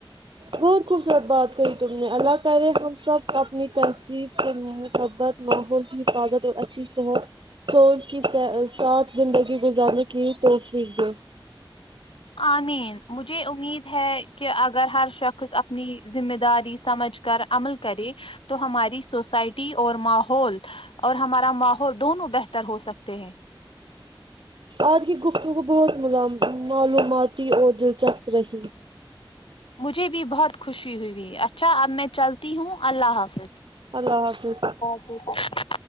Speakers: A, on the right; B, on the left.
A: بہت خوبصورت بات کہی تم نے اللہ کرے ہم سب اپنی تہذیب سے محبت ماحول کی حفاظت اور اچھی صحت سونچ کی سا ساتھ زندگی گزارنے کی توفیق دے
B: آمین مجھے امید ہے کہ اگر ہر شخص اپنی ذمہ داری سمجھ کر عمل کرے تو ہماری سوسائٹی اور ماحول اور ہمارا ماحول دونوں بہتر ہو سکتے ہیں
A: آج کی گفتگو بہت ہی ملام معلوماتی اور دلچسپ رہی
B: مجھے بھی بہت خوشی ہوئی اچھا اب میں چلتی ہوں اللہ حافظ
A: اللہ حافظ
B: <unintelligible>